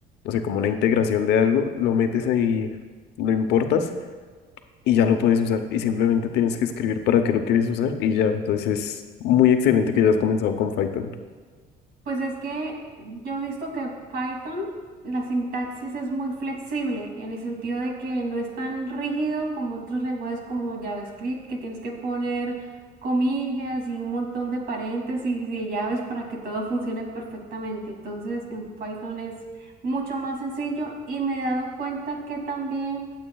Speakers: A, on the left (about 80°); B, on the right (about 65°).
A: sé, como una integración de algo, lo metes ahí, lo importas y ya lo puedes usar y simplemente tienes que escribir para qué lo quieres usar y ya. Entonces es muy excelente que hayas comenzado con Python.
B: Pues es que yo he visto que Python, la sintaxis es muy flexible en el sentido de que no es tan rígido como otros lenguajes como JavaScript, que tienes que poner comillas y un montón de paréntesis y de llaves para que todo funcione perfectamente. Entonces, en Python es mucho más sencillo y me he dado cuenta que también,